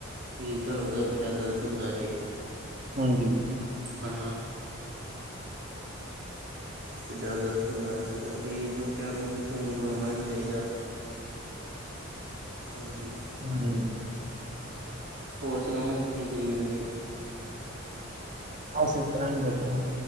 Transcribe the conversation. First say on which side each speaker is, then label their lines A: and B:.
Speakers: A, on the right (about 55°); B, on the right (about 35°).
A: ਫਿਰ ਤਾਨੂੰ ਪਤਾ, ਕਿੱਡਾ ਗ਼ਲਤ ਹੁੰਦਾ ਜੇ।
B: ਹਾਂਜੀ।
A: ਹਨਾ ਕਿੱਡਾ ਗ਼ਲਤ ਹੁੰਦਾ, ਇਸ ਤਰਾਂ ਵੀ ਬੱਚਿਆਂ ਨੂੰ ਵੀ ਫੋਨ ਫੜੋਣਾ ਨਹੀਂ ਚਾਹੀਦਾ। ਹਾਂਜੀ।
B: ਹੁੰ।
A: ਹੋਰ, ਸੁਣਾਉ ਕੀ ਕਰੀ ਜਾਂਦੇ?
B: ਬਸ, ਇਸ ਤਰਾਂ ਹੀ ਬੈਠੇ ਹਾਂ।